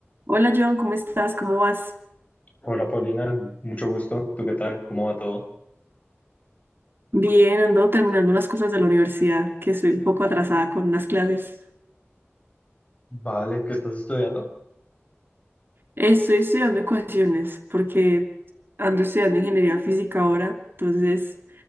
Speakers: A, on the right; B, on the left.
A: Hola Joan, ¿cómo estás? ¿Cómo vas?
B: Hola Paulina, mucho gusto. ¿Tú qué tal? ¿Cómo va todo?
A: Bien, ando terminando unas cosas de la universidad, que estoy un poco atrasada con unas clases.
B: Vale, ¿qué estás estudiando?
A: Estoy estudiando ecuaciones porque ando estudiando ingeniería física ahora, entonces